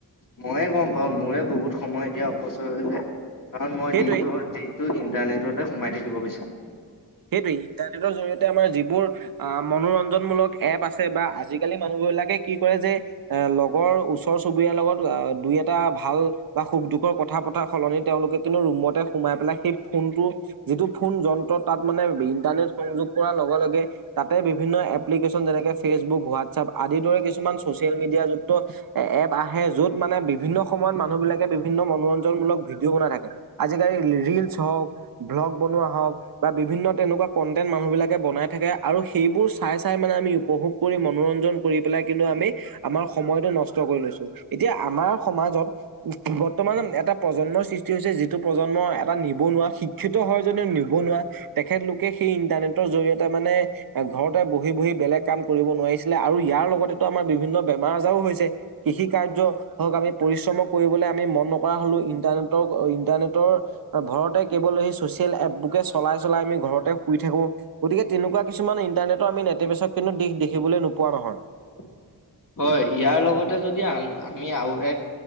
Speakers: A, on the left; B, on the right.
A: মইয়ে গম পাওঁ মোৰে বহুত সময় এতিয়া অপচয় হৈ যায়। কাৰণ মই
B: সেইটোৱে
A: দিনটো - দিনটো ইন্টাৰনেটতে সোমাই থাকিব বিচছাৰো।
B: সেইটোৱে ইণ্টাৰনেটৰ <unintelligible> আমাৰ যিবোৰ আ মনোৰঞ্জনমূলক এপ আছে। আজিকালি মানুহ বিলাকে কি কৰে যে- লগৰ ওচৰ চুবুৰীয়া লগত <unintelligible> দুই এটা। এটা ভাল বা সুখ- দুখৰ কথা পতাৰ সলনি। তেওঁলোকে কিন্তু ৰুমতে সোমাই পেলাই সেই ফোনটো। যিটো, ফোন যন্ত্ৰত। তাত মানে ইন্টাৰনেট সংযোগ কৰাৰ লগে লগে, তাতে বিভিন্ন এপ্লিকেশচন যেনেকে ফেচবুক হোৱা- <unintelligible> আদি দৰে কিছুমান। চচিয়েল মিডিয়া যুক্ত এপ আহে। য'ত মানে, বিভিন্ন সময়ত মানুহ বিলাকে বিভিন্ন মনোৰঞ্জনমূলক। ভিডিঅ' বনাই থাকে। আজিকালি ৰিলচ হওক, ভ্লগ বনোৱা হওক। বা বিভিন্ন তেনেকুৱা কণ্টেন্ট মানুহ বিলাকে বনাই থাকে আৰু সেইবোৰ চাই - চাই মানে আমি উপভোগ কৰি মনোৰঞ্জন কৰি পেলাই কিন্তু আমি আমাৰ সময়টো নষ্ট কৰি লৈছো এতিয়া আমাৰ সমাজত বৰ্তমান এটা প্ৰজন্মৰ সৃষ্টি হৈছে যিটো প্ৰজন্ম এটা নিবনুৱা শিক্ষিত হয় যদিও নিবনুৱা তেখেতলোকে সেই ইন্টাৰনেটৰ জৰিয়তে মানে ঘৰতে বহি - বহি বেলেগ কাম কৰিব নোৱাৰিছিলে আৰু ইয়াৰ লগতেতো আমাৰ বিভিন্ন বেমাৰ আজাৰো হৈছে কৃষি কাৰ্য হওঁক আমি পৰিশ্ৰম কৰিবলৈ আমি মন নকৰা হ'লো ইণ্টাৰনেটো ইণ্টাৰনেটৰ ভৰতে কেৱল সচিয়েল এপ বুকছ চলাই-চলাই আমি ঘৰতে শুই থাকো গতিকে তেনেকুৱা কিছুমান ইণ্টাৰনেটো আমি নেতেবেচক কিন্তু দিশ দেখিবলৈ নো পোৱা নহয়।
A: <inaudible> হয়, ইয়াৰ লগতে যদি আ- আমি আৰু এক